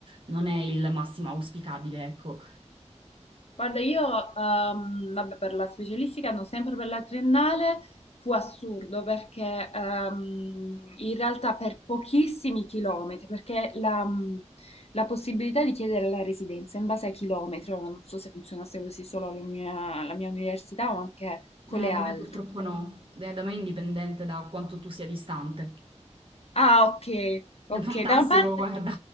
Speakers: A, on the right (about 50°); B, on the left (about 60°).
A: non è il massimo auspicabile, ecco.
B: Guarda, io, ehm, vabbè, per la specialistica, no, sempre per la triennale, fu assurdo perché ehm, in realtà per pochissimi chilometri, perché la, la possibilità di chiedere la residenza in base ai chilometri, ora non so se funzionasse così solo la mia, la mia università o anche con
A: Eh,
B: le
A: da
B: altre.
A: me purtroppo no, Eh, da me è indipendente da quanto tu sia distante.
B: Ah, ok, ok,
A: È fantastico,
B: da una parte...
A: guarda.